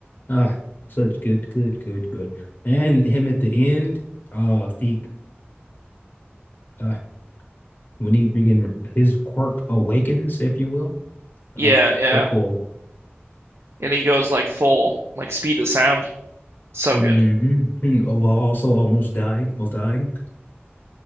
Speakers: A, on the left; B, on the right.
A: Ah, such good, good, good, good. And him at the end, uh, the uh, when he freaking his quirk awakens, if you will.
B: Yeah,
A: Ah,
B: yeah.
A: so cool.
B: And he goes like full, like speed to sound. So
A: Mm-hmm.
B: good.
A: hmm Oh, well, also almost dying, almost dying.